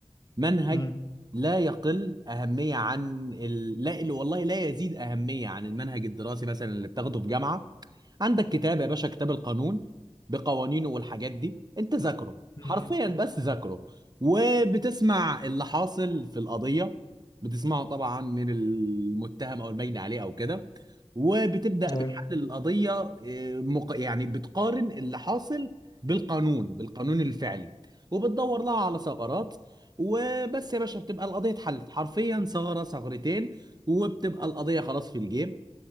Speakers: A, on the right; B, on the left.
A: منهج
B: مم.
A: لا يقل أهمية عن ال... لا ال- والله لا يزيد أهمية عن المنهج الدراسي مثلا اللي بتاخده في جامعة عندك كتاب يا باشا كتاب القانون بقوانينه والحاجات دي أنت ذاكره
B: مم.
A: حرفيا بس ذاكره وبتسمع اللي حاصل في القضية بتسمعه طبعا من المتهم أو البين عليه أو كده وبتبدأ
B: طيب.
A: بتحلل القضية إيه، مق... يعني بتقارن اللي حاصل بالقانون بالقانون الفعلي وبتدور لها على ثغرات وبس يا باشا بتبقى القضيه اتحلت حرفيا ثغره ثغرتين وبتبقى القضيه خلاص في الجيم